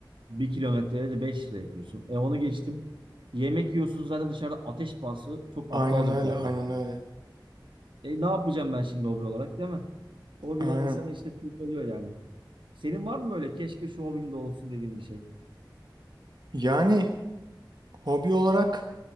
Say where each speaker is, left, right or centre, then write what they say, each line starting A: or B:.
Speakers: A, on the right; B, on the right.
A: bir kilometreye de 5 lira yakıyorsun. E onu geçtim. Yemek yiyorsun zaten dışarıda ateş pahası çok
B: Aynen
A: aptalca
B: öyle
A: fiyatlar.
B: aynen
A: birbirine.
B: öyle.
A: E ne yapacağım ben şimdi hobi olarak değil mi? O
B: Aynen.
A: bilen insanı işte kurcalıyor yani. Senin var mı böyle keşke şu hobim de olsun dediğin bir şey?
B: Yani hobi olarak